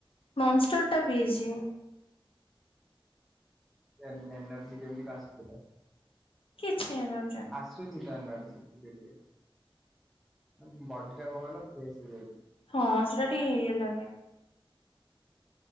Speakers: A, on the left (about 70°); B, in the centre.
A: ମନଷ୍ଟର ଟା ପିଇଛି।
B: ଏ ଏନର୍ଜି କେିମି଼ତି ବା ଆସୁଥିଲା
A: କିଛି ନଜେ।
B: ଆସୁଛି ତ ଏନର୍ଜି ଟିକେ ଟିକେ ବଡି ଟା କଣ କହିଲ ଫ୍ରେଶ ହେଇଯାଉଛି।
A: ହଁ ସେଟା ଟିକେ ଇଏ ଲାଗେ।